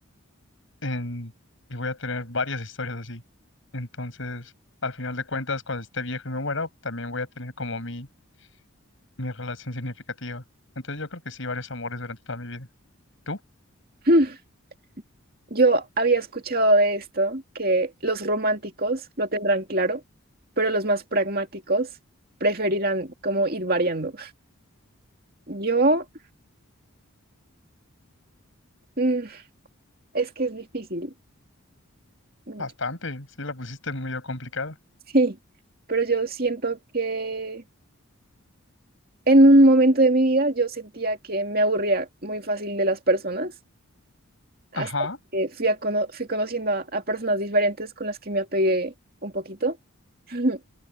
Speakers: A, on the left (about 60°); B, on the right (about 45°).
A: en, y voy a tener varias historias así. Entonces, al final de cuentas, cuando esté viejo y me muera, también voy a tener como mi, mi relación significativa. Entonces yo creo que sí, varios amores durante toda mi vida. ¿Tú?
B: <laughs> Yo había escuchado de esto, que los románticos lo tendrán claro, pero los más pragmáticos preferirán como ir variando. <laughs> Yo, mm, es que es difícil. Mm,
A: Bastante, sí, la pusiste medio complicada.
B: Sí, pero yo siento que En un momento de mi vida yo sentía que me aburría muy fácil de las personas, hasta
A: Ajá,
B: que fui, a cono- fui conociendo a, a personas diferentes con las que me apegué un poquito <laughs>